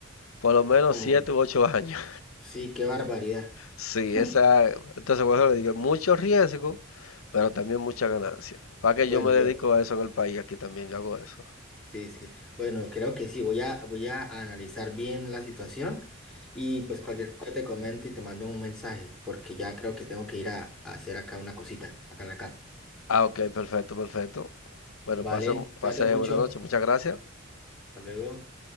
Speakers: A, on the left; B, in the centre.
A: por lo menos
B: Como,
A: 7 u 8 años.
B: sí, qué barbaridad.
A: Sí,
B: <laughs>
A: esa, entonces por eso le digo, mucho riesgo, pero también mucha ganancia. Para que
B: Bueno,
A: yo me dedico
B: yo,
A: a eso en el país, aquí también yo hago eso.
B: Sí, sí. Bueno, creo que sí. Voy a, voy a analizar bien la situación y pues cualquier cosa te comento y te mando un mensaje porque ya creo que tengo que ir a, a hacer acá una cosita, acá en la casa.
A: Ah, ok, perfecto, perfecto. Bueno,
B: Vale,
A: pase,
B: cuídate
A: pase
B: mucho.
A: buena noche, muchas gracias.
B: Hasta luego.